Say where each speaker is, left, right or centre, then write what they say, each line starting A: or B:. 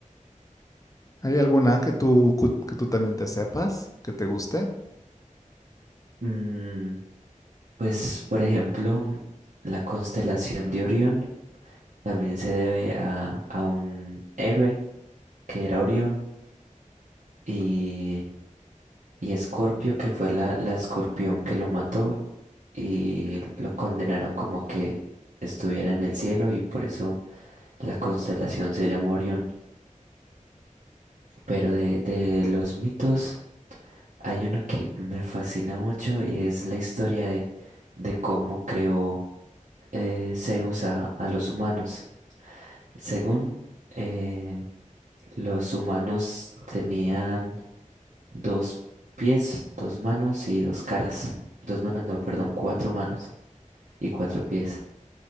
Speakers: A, on the left; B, on the right.
A: ¿Hay alguna que tú, cu- que tú también te sepas, que te guste?
B: Mm, pues, por ejemplo, la constelación de Orión también se debe a, a un héroe que era Orión y... Y Escorpio, que fue la, la escorpión que lo mató y lo condenaron como a que estuviera en el cielo y por eso la constelación se llama Orión. Pero de, de los mitos hay uno que me fascina mucho y es la historia de, de cómo creó eh, Zeus a, a los humanos. Según eh, los humanos tenían dos pies, dos manos y dos caras. Dos manos, no, perdón, cuatro manos. y cuatro pies.